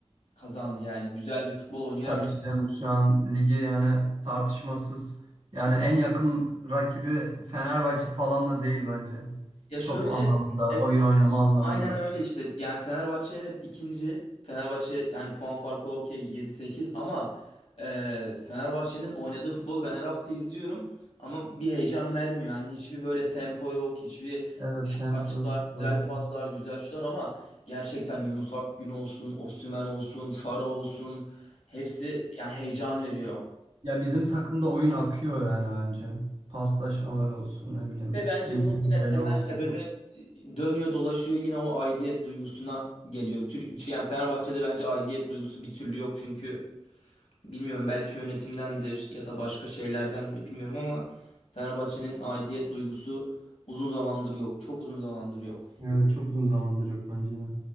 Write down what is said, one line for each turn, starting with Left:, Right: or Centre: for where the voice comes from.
Left: kazandı yani. Güzel bir futbol oynayarak
Right: Tabii ki canım şu an ligi yani tartışmasız yani en yakın rakibi Fenerbahçe falan da değil bence.
Left: Ya şöyle,
Right: Top anlamında,
Left: evet
Right: oyun oynama anlamında.
Left: aynen öyle işte. Yani Fenerbahçe evet ikinci. Fenerbahçe hani puan farkı okey yedi sekiz ama e, Fenerbahçe'nin oynadığı futbolu ben her hafta izliyorum. Ama bir heyecan vermiyor. Yani hiçbir böyle tempo yok, hiçbir
Right: Evet tempo.
Left: açıklar, güzel
Right: doğru diyorsun.
Left: paslar, güzel şutlar ama gerçekten Yunus Akgün olsun, Osimhen olsun, Sara olsun hepsi yani heyecan veriyor.
Right: Ya bizim takımda oyun akıyor yani bence. Paslaşmalar olsun ne bileyim
Left: Ve bence
Right: mücadele
Left: bunun yine temel
Right: olsun.
Left: sebebi e, dönüyor dolaşıyor yine o aidiyet duygusuna geliyor. Türk, yani Fenerbahçe'de bence aidiyet duygusu bir türlü yok çünkü bilmiyorum belki yönetimdendir ya da başka şeylerden mi bilmiyorum ama Fenerbahçe'nin aidiyet duygusu uzun zamandır yok. Çok uzun zamandır yok.
Right: Evet çok uzun zamandır yok bence de.